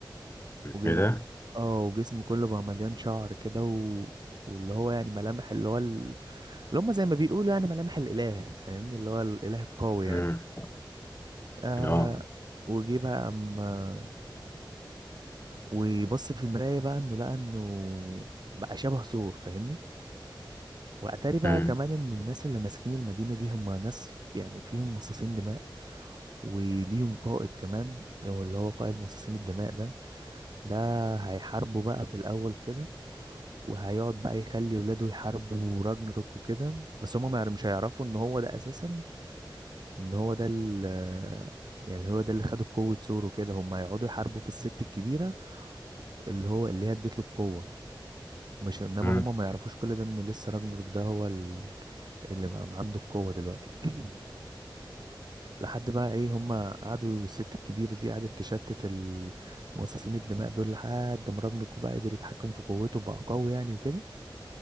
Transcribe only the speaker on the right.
وجه
اه وجسمه كله بقى مليان شعر كده و... واللي هو يعني ملامح اللي هو ال... اللي هم زي ما بيقولوا يعني ملامح الإله فاهمني اللي هو الإله القوي
يعني آه
وجي بقى أما ويبص في المراية بقى إنه لقى إنه بقى شبه ثور فاهمني وأتاري بقى
كمان إن الناس اللي ماسكين المدينة دي هم ناس يعني فيهم مصاصين دماء وليهم قائد كمان هو اللي هو قائد مصاصين الدماء ده ده هيحاربوا بقى في الأول كده وهيقعد بقى يخلي ولاده يحاربوا راجنروك وكده بس هما ما يعرف- مش هيعرفوا ان هو ده اساسا ان هو ده ال يعني هو ده اللي خد قوة سور وكده هم هيقعدوا يحاربوا في الست الكبيرة اللي هو اللي هي اديت له القوة مش انما
هما ما يعرفوش كل ده ان لسه راجنروك ده هو ال- اللي بقى عنده القوة دلوقتي <clears throat> لحد بقى ايه هما قعدوا والست الكبيرة دي قعدت تشتت المصاصين الدماء دول لحد ما راجنروك بقى قدر يتحكم في قوته بقى قوي يعني وكده